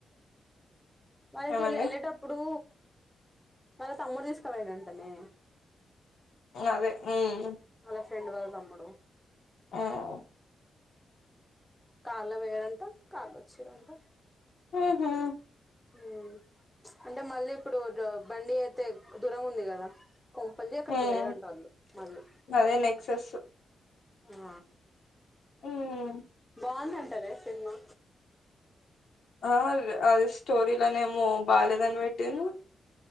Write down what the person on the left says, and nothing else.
ఏమైంది
అదే ఉమ్మ్
ఉం
ఊహుం
మ్మ్
అదే నెక్సెస్
ఉమ్మ్
ఆ అది స్టోరీలనేమో బాలేదని పెట్టిను